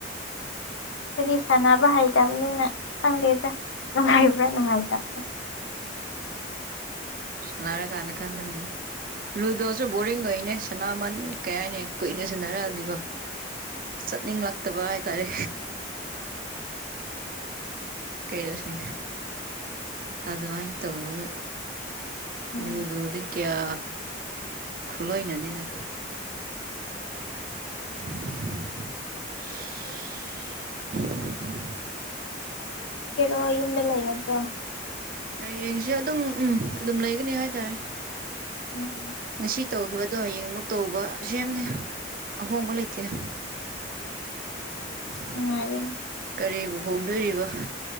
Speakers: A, on the left; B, on the right.
A: ꯐꯗꯤ ꯁꯥꯟꯅꯕ ꯍꯥꯏꯇꯕꯅꯤꯅ ꯈꯪꯗꯦꯗ ꯅꯨꯡꯉꯥꯏꯕ꯭ꯔꯥ ꯅꯨꯡꯉꯥꯏꯇꯕ꯭ꯔꯥ
B: ꯁꯅꯔ ꯀꯥꯟꯅ ꯀꯥꯟꯒꯅꯤꯗ ꯂꯨꯗꯣꯁꯨ ꯕꯣꯔꯤꯡ ꯑꯣꯏꯅꯦ ꯁꯅꯥꯃꯟ ꯀꯌꯥꯅꯤ ꯀꯨꯏꯅ ꯁꯟꯅꯔꯛꯑꯗꯤꯀꯣ ꯆꯠꯅꯤꯡꯂꯛꯇꯕ ꯍꯥꯏꯇꯥꯔꯦ ꯀꯩꯂꯁ ꯑꯗꯨ ꯋꯥꯏ ꯇꯧꯕꯔ
A: ꯎꯝ
B: ꯂꯨꯗꯨꯗꯤ ꯀꯌꯥ ꯈꯨꯠꯂꯣꯏꯅꯗꯗ <unintelligible>
A: ꯭ꯔꯣ ꯌꯨꯝꯗ ꯂꯩ ꯅꯠꯇ꯭ꯔꯣ
B: ꯍꯌꯦꯡꯁꯦ ꯑꯗꯨꯝ ꯎꯝ ꯑꯗꯨꯝ ꯂꯩꯒꯅꯤ ꯍꯥꯏꯇꯥꯔꯦ
A: ꯎꯝ
B: ꯉꯁꯤ ꯇꯧꯈꯤꯕꯗꯣ ꯍꯌꯦꯡꯃꯨꯛ ꯇꯧꯕ ꯁꯦꯝꯅꯦ ꯑꯍꯣꯡꯕ ꯂꯩꯇꯦ ꯍ <unintelligible>
A: ꯅꯨꯡꯉꯥꯏꯔꯦꯅꯦ
B: <inaudible> ꯀꯔꯤꯕꯨ ꯍꯣꯡꯗꯣꯏꯔꯤꯕ